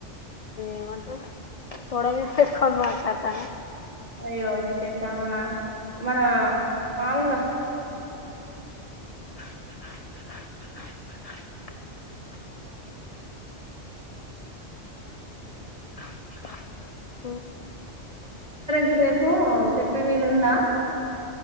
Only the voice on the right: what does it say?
అయ్యో చెద్దా మన మన మామూలుగా
రేపు చెప్పే వీరుందా